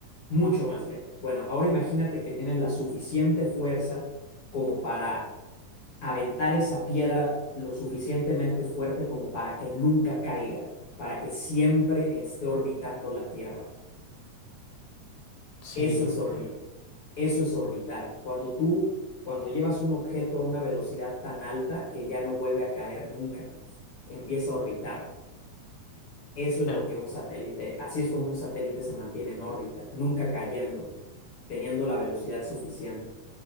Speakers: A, on the left; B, on the left.
A: Mucho más lejos. Bueno, ahora imagínate que tienes la suficiente fuerza como para aventar esa piedra lo suficientemente fuerte como para que nunca caiga, para que siempre esté orbitando la Tierra.
B: Sí,
A: Eso
B: me imagino.
A: es orbi- eso es orbitar. Cuando tú, cuando llevas un objeto a una velocidad tan alta que ya no vuelve a caer nunca, empieza a orbitar. Eso
B: Claro.
A: es lo que un satélite, así es como un satélite se mantiene en órbita, nunca cayendo, teniendo la velocidad suficiente.